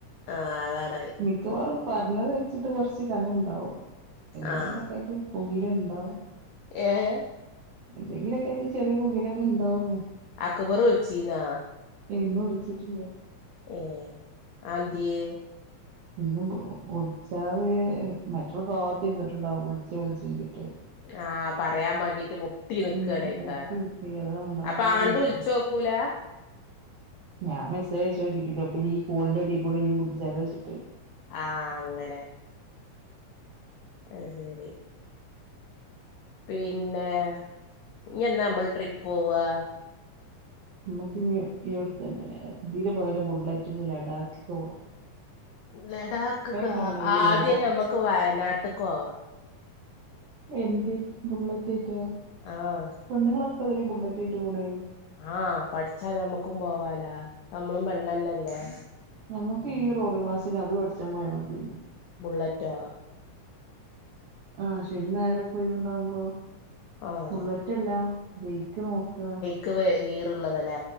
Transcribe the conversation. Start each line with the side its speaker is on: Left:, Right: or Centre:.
Left: ആഹ് അതാണ്
Right: മിക്കവാറും പറഞ്ഞത് വെച്ചിട്ട് കുറച്ച് കനംഉണ്ടാവും എന്തെങ്കിലുമൊക്കെ
Left: ആഹ്
Right: ആയിട്ട് പുകില ഉണ്ടാവും
Left: ഏഹ്
Right: എന്തെങ്കിലുമൊക്കെ ആയിട്ട് ചെറിയ പുകിലൊക്കെ ഉണ്ടാവുമോ?
Left: അക്ക്ബറ് വിളിച്ചീനാ?
Right: എയ്ന്ന് വിളിച്ചിട്ടില്ല
Left: ഏഹ് അത് ന്ത്യേ?
Right: ഇന്നും ഒളിച്ചാത മറ്റരു കാകത്തി ഇരുന്നിട്ടുണ്ടാവും വിളിച്ച ഒളിച്ച കിട്ട്
Left: ആഹ് പറയാൻ വേണ്ടിട്ട് മുട്ടി നിക്കണേക്കാലം
Right: ഉം മുട്ടി കുത്തി വെറുതെ മുണ്ടാതിരിക്കണം
Left: അപ്പൊ ആണ്ട് വിളിച്ചോ? പോവുല
Right: ഞാൻ മെസ്സജ് ആക്കിട്ട് അപ്പഴ് ഈ കോളിന്റെടെകൂടി ഇനി വിളിച്ചാലോവെച്ച്
Left: ആഹ് അങ്ങനെ അത് ശെരി പിന്നെ ഇനി എന്നാ നമ്മൾ ട്രിപ്പ് പോവാ?
Right: നമ്മുക്കിനി ഇവിടേക്ക് തന്നെ പോയാല ബുള്ളറ്റില് ലഡാക്കക്കെ പോവാം
Left: ലഡാക്ക്ക്ക്
Right: കാലായി
Left: ആദ്യം
Right: ലഡാക്ക്
Left: ഞമ്മക്ക് വയനാട്ടിക്ക് പോവാം
Right: എന്തേ ബുള്ളറ്റേറ്റാ
Left: ആഹ്
Right: പെണ്ണുങ്ങളൊക്കെ അതെ ഒരു ബുള്ളറ്റ് ആയിട്ട് പോവുലെ
Left: ആഹ് പഠിച്ചാ ഞമ്മക്കും പോവാലാ നമ്മളും പെണ്ണന്നല്ലേ!
Right: നമുക്ക് ഈ റോഡ്ക്ലാസ്സിൽ അത് പഠിച്ചാ പോയാ മതിയാര്ന്ന്
Left: ബുള്ളറ്റോ?
Right: ആഹ് ശരി നേരെ ഒഴിവുണ്ടാവുമ്പോ
Left: ആഹ്
Right: ബുള്ളറ്റ്ല്ല ബയ്ക്ക് നോക്കുക
Left: ക്ക് ഗിയർള്ളതല്ലേ